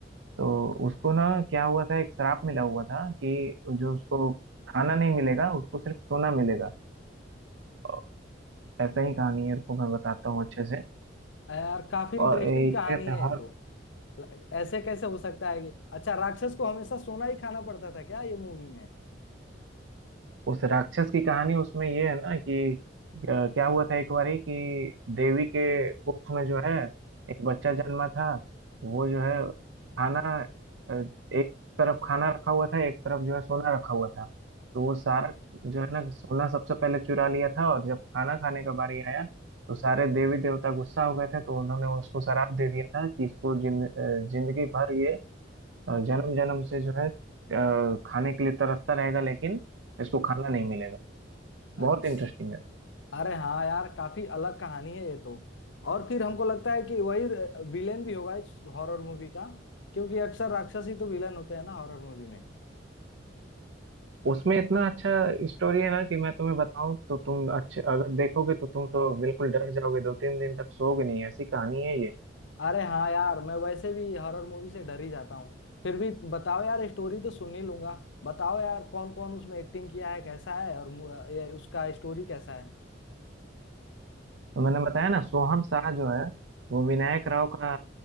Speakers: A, on the right; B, on the left.
A: तो उसको ना क्या हुआ था एक श्राप मिला हुआ था कि जो उसको खाना नहीं मिलेगा उसको सिर्फ सोना मिलेगा और ऐसा ही कहानी है रुको मैं बताता हूँ अच्छे से
B: अरे यार काफी इंटरेस्टिंग
A: और ये
B: कहानी
A: क्या कहते
B: है
A: हैं
B: ये तो ल- ऐसे कैसे हो सकता है कि अच्छा राक्षस को हमेशा सोना ही खाना पड़ता था क्या ये मूवी में
A: उस राक्षस की कहानी उसमें ये है ना कि अ, क्या हुआ था एक बारी कि देवी के कुख में जो है एक बच्चा जन्मा था वो जो है खाना अ, एक तरफ खाना रखा हुआ था एक तरफ जो है सोना रखा हुआ था तो वो सारा जो है ना सोना सबसे पहले चुरा लिया था और जब खाना खाने का बारी आया तो सारे देवी देवता गुस्सा हो गए थे तो उन्होंने उसको श्राप दे दिया था कि इसको जिन अ, जिंदगी भर ये अ, जन्म जन्म से जो है अ, खाने के लिए तरसता रहेगा लेकिन इसको खाना नहीं मिलेगा
B: अच्छा
A: बहुत इंटरेस्टिंग है
B: अरे हाँ यार काफी अलग कहानी है ये तो और फिर हमको लगता है कि वही विलेन भी होगा इस हॉरर मूवी का क्योंकि अक्सर राक्षस ही तो विलेन होते हैं ना हॉरर मूवी में
A: उसमें इतना अच्छा स्टोरी है ना कि मैं तुम्हें बताऊं तो तुम अच्छे अगर देखोगे तो तुम तो बिल्कुल डर जाओगे दो तीन दिन तक सोओगे नहीं ऐसी कहानी है ये
B: अरे हाँ यार मैं वैसे भी हॉरर मूवी से डर ही जाता हूँ फिर भी बताओ यार स्टोरी तो सुन ही लूंगा बताओ यार कौन कौन उसमें एक्टिंग किया है कैसा है और मु- ये उसका स्टोरी कैसा है
A: तो मैंने बताया ना सोहम शाह जो है वो विनायक राव का